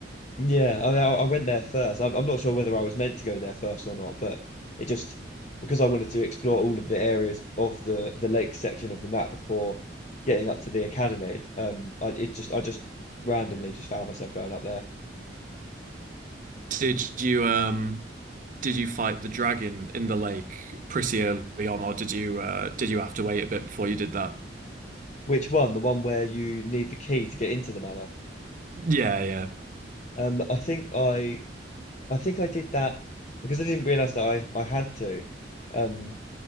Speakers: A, on the left; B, on the right.
A: Yeah, I, I went there first. I'm, I'm not sure whether I was meant to go there first or not, but it just because I wanted to explore all of the areas of the the lake section of the map before getting up to the academy. Um, I it just I just randomly just found myself going up there.
B: Did you um? did you fight the dragon in the lake pretty early on, or did you uh did you have to wait a bit before you did that?
A: Which one? The one where you need the key to get into the manor.
B: Yeah, yeah.
A: Um, I think I I think I did that because I didn't realize that I I had to. um,